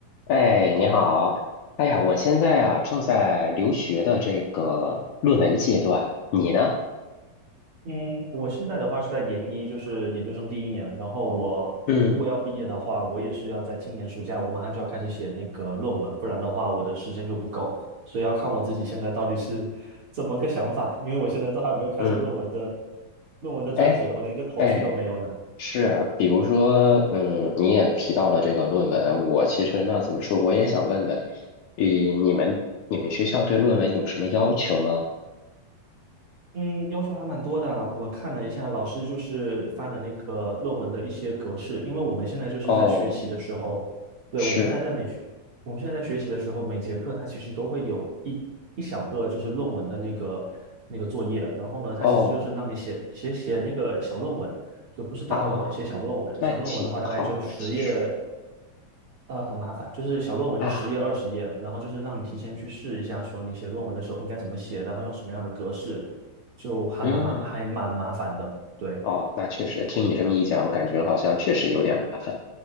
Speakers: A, on the left; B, on the right.
A: 哎，你好。哎呀，我现在啊正在留学的这个论文阶段，你呢？
B: 嗯，我现在的话是在研一，就是研究生第一年。然后我如果要毕业的话，
A: 嗯
B: 我也是要在今年暑假，我马上就要开始写那个论文，不然的话我的时间就不够。所以要看我自己现在到底是怎么个想法，因为我现在都还没有开始论文的
A: 嗯，
B: 论文的撰写，
A: 哎
B: 我连一个头绪都没有呢。
A: 哎，是，比如说，嗯，你也提到了这个论文，我其实那怎么说，我也想问问，呃，你们你们学校对论文有什么要求吗？
B: 嗯，要求还蛮多的啊。我看了一下老师就是发的那个论文的一些格式，因为我们现在就是在学习的时候，
A: 哦，
B: 对，
A: 是，
B: 我们现在在每，我们现在在学习的时候，每节课它其实都会有一一小个就是论文的那个那个作业，然后呢，它其实就是让你写写写那个小论文，
A: 哦
B: 就不是大论文，
A: 啊，
B: 写小论文。
A: 那挺好的，
B: 小论文的话大概就十页
A: 其实
B: 呃，很麻烦，就是小论文就十页、
A: 啊，
B: 二十页，然后就是让你提前去试一下，说你写论文的时候应该怎么写，然后用什么样的格式，就还蛮麻，
A: 嗯，
B: 还蛮麻烦的。对，
A: 哦，那确实，听你这么一讲，感觉好像确实有点麻烦。